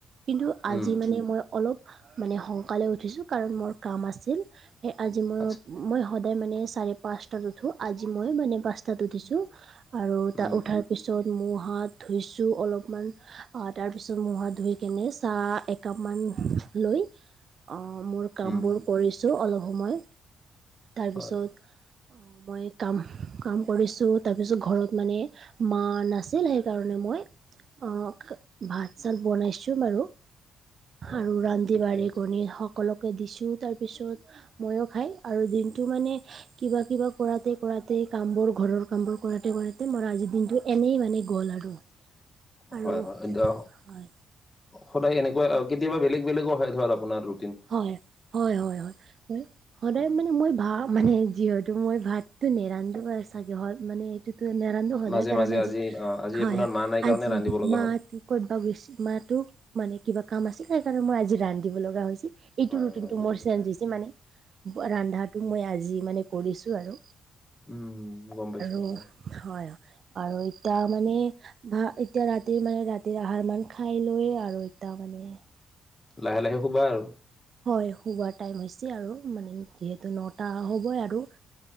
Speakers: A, on the right; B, on the left.
A: কিন্তু আজি
B: উম
A: মানে মই অলপ মানে সংকালে উঠিছোঁ কাৰণ মোৰ কাম আছিল। সেই আজি মই
B: আচ্ছা
A: মই সদায় মানে চাৰে পাঁচটাত উঠো। আজি মই মানে পাঁচটাত উঠিছোঁ। আৰু তাত
B: উম
A: উঠাৰ পিছত মূখ হাত ধুইছোঁ অলপমান অ তাৰ পিছত মূখ হাত ধুই কেনে চাহ একাপমান লৈ অ মোৰ কামবোৰ
B: উম
A: কৰিছোঁ অলপ সময় তাৰপিছত
B: হয়
A: মই কাম কাম কৰিছোঁ তাৰপিছত ঘৰত মানে মা নাছিল সেইকাৰণে মই অঁ ভাত চাত বনাইছোঁ বাৰু
B: হয়
A: আৰু
B: হয়
A: ৰান্ধি
B: হয় ঠিকে
A: বাঢ়ি
B: আছে
A: কৰি সকলোকে দিছো তাৰপিছত তাৰ পিছত ময়ো খাই আৰু দিনটো মানে কিবা কিবা কৰাতে কৰাতে কাম বোৰ ঘৰৰ কাম বোৰ কৰাতে কৰাতে মোৰ আজিৰ দিনটো এনেই মানে গ'ল আৰু
B: অ <unintelligible>
A: আৰু
B: হয় হয় এতিয়া
A: হয়
B: সদায় এনেকুৱা কেতিয়াবা বেলেগ বেলেগ হয় ধৰ আপোনাৰো
A: হয় হয় হয় হয় মানে সদায়
B: উম
A: মানে মই ভা মানে যিহত মই ভাতটো নেৰান্ধো চাগে মানে নেৰান্ধো সদায়
B: মাজে
A: কাৰণ
B: মাজে
A: আজি
B: অ আজি
A: হয়
B: আপোনাৰ
A: হয়
B: মা নাই কাৰণে
A: আজি
B: ৰান্ধিব লগা
A: মা
B: হ'ল
A: ক'তবা গৈছে মাতো মানে কিবা কাম আছিল সেইকাৰণে মই আজি ৰান্ধিব লগা হৈছিল এইটো
B: হয়
A: ৰুটিনটো
B: হয় বুজি
A: মোৰ
B: পাইছো
A: চেঞ্জ হৈছে মানে ৰান্ধাটো মই আজি মানে কৰিছোঁ আৰু
B: উম গম পাইছো
A: আৰু
B: হয়
A: হয় আৰু এতিয়া মানে ভা এতিয়া ৰাতি মানে ৰাতিৰ আহাৰ মান খাই লৈয়ে আৰু এতিয়া মানে
B: লাহে লাহে শুবা আৰু
A: হয় শুৱাৰ টাইম হৈছে আৰু মানে যিহেতু নটা হ'বই আৰু